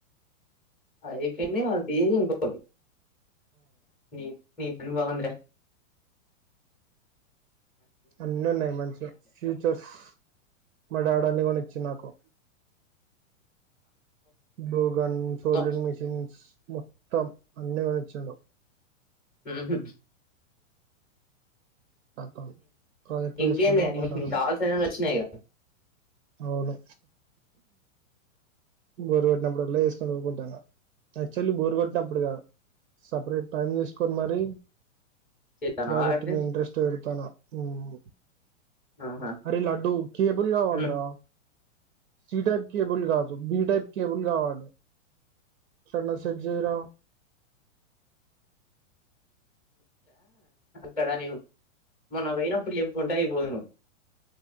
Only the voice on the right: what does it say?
అన్నీ ఉన్నాయి. మంచి ఫ్యూచర్స్ మ డాడీ ఆన్ని కొని చ్చినకు బ్లూ గన్
సోల్డ్రింగ్ మీషన్స్ మొత్తం అన్నీ కొనించిండు.
మొత్తం ప్రాజెక్ట్
చేసుకుంటూ
ఊకుంటాను
అవును బోరు కొట్టినప్పుడు అలా వేసుకొని పోఊకుంటాను క్చుల్లీ బోరు కొట్టినప్పుడు కాదు సపరేట్ టైం తీసుకొని మరి
ప్రాజెక్ట్
ఇంట్రెస్ట్ తన హ్మ్మ్
అరె లడ్డు కేబుల్ కావాలి
రా సి టైప్ కేబుల్ కాదు బి టైప్ కేబుల్ కాగావానే ఎలా సజ రా